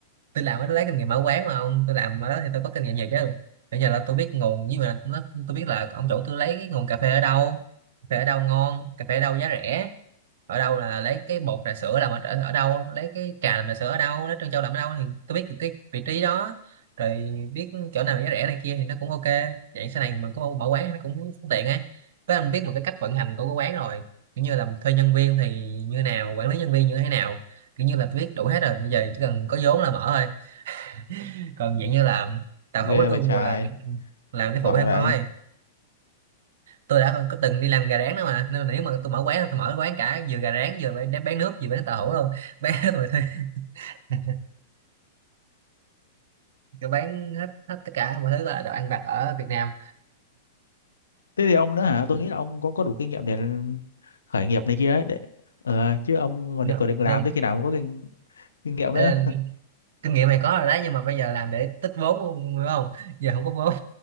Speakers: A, on the right; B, on the left.
A: tôi làm nó lấy kinh nghiệm mở quán mà ông tôi làm ở đó thì tôi có kinh nghiệm nhiều chứ bây giờ là tôi biết nguồn nhưng mà nó tôi biết là ông chủ tôi lấy cái nguồn cà phê ở đâu cà phê ở đâu ngon cà phê ở đâu giá rẻ ở đâu là lấy cái bột trà sữa làm ở, ở ở đâu lấy cái trà làm trà sữa ở đâu lấy trân châu làm ở đâu thì tôi biết được cái vị trí đó rồi biết chỗ nào giá rẻ này kia thì nó cũng ok vậy sau này mình có mở quán nó cũng tiện ấy với anh biết một cái cách vận hành của cái quán rồi kiểu như là thuê nhân viên thì như nào quản lý nhân viên như thế nào kiểu như là tôi biết đủ hết rồi bây giờ chỉ cần có vốn là mở thôi <laughs> còn vậy như là tàu
B: Ghê
A: hũ là tôi
B: vậy trời,
A: mua là làm cái
B: giỏi
A: phụ em
B: vậy.
A: thôi tôi đã có từng đi làm gà rán đó mà nên là nếu mà tôi mở quán là tôi mở quán cả vừa gà rán vừa bán, bán nước vừa bán tàu hũ luôn <laughs> bán hết mọi thứ <laughs> tôi bán hết hết tất cả mọi thứ là đồ ăn vặt ở Việt Nam
B: Thế thì ông nữa hả? Tôi nghĩ là ông có có đủ kinh nghiệm để khởi nghiệp này kia ấy, để ờ, chứ ông còn
A: nên,
B: định còn định làm
A: nên
B: tới khi nào mới có kinh, kinh nghiệm
A: ấy
B: nữa.
A: là kinh nghiệm này có rồi đấy nhưng mà bây giờ làm để tích vốn luôn đúng không giờ không có vốn